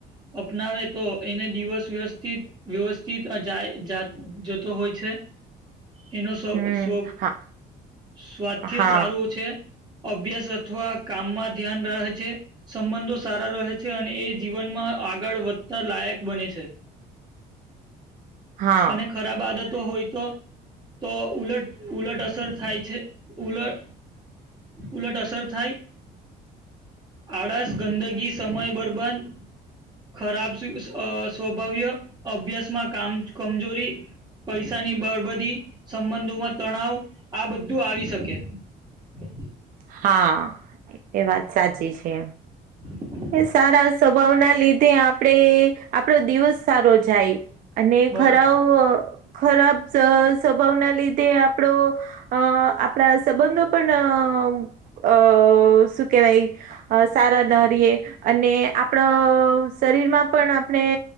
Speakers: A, on the right; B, on the right.
A: અપનાવે તો એને દિવસ વ્યવસથી વ્યવસ્થિત જાય જતો હોય છે, એનો સ્વ
B: હમ
A: સ્વ
B: હા
A: સ્વાસ્થ્ય
B: હા
A: સારું છે. અભ્યાસ અથવા કામમાં ધ્યાન રહે છે સંબંધો સારા રહે છે, અને એ જીવનમાં આગળ વધતા લાયક બને છે.
B: હા
A: અને ખરાબ બાદતો હોય તો તો ઉલટ ઉલટ અસર થાય છે ઉલટ ઉલટ અસર થાય આળસ ગંદગી સમય બરબંધ ખરાબ સ્વભાવ્ય અભ્યાસમાં કામ કમજોરી પૈસાની બરબદી સંબંધોમાં તણાવ આ બધું આવી શકે. <inaudible>
B: હા એ વાત સાચી છે.
A: <inaudible>
B: એ સારા સ્વભાવ ના લીધે આપડે આપડો દિવસ સારો જાય, અને
A: બરાબર
B: ખરા ખરાબ સ્વભાવના લીધે આપ આપડો અ આપણા સંબંધો પણ અ શું કેહેવાય સારા નરીએ અને આપણો અ શરીરમાં પણ આપણે